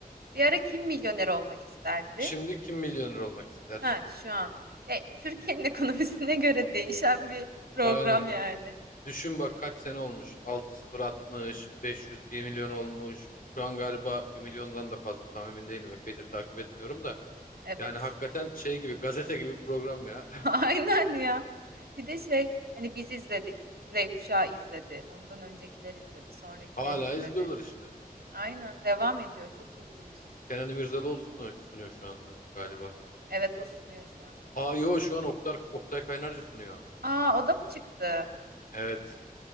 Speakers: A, on the right; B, on the left.
A: Bir ara Kim Milyoner Olmak isterdi?
B: Şimdi kim milyoner olmak ister?
A: Ha şu an. E, Türkiye'nin <laughs> ekonomisine göre değişen bir program
B: Aynen.
A: yani.
B: Düşün bak kaç sene olmuş. 6-0 atmış. 500 1 milyon olmuş. Şu an galiba bir milyondan da fazla tam emin değilim. Epeydir takip etmiyorum da.
A: Evet.
B: Yani hakikaten şey gibi gazete gibi program ya.
A: <laughs> Aynen ya. Bir de şey hani biz izledik. Z kuşağı izledi. Ondan öncekiler izledi. Sonrakiler
B: <laughs> Hala
A: izledi.
B: izliyorlar işte.
A: Aynen devam ediyor. Çok ilginç.
B: Kenan İmirzalıoğlu sunu- sunuyor şu anda galiba.
A: Evet o sunuyor şu an.
B: Aa yo şu an Oktay, Oktay Kaynarca sunuyor.
A: Aa o da mı çıktı?
B: Evet.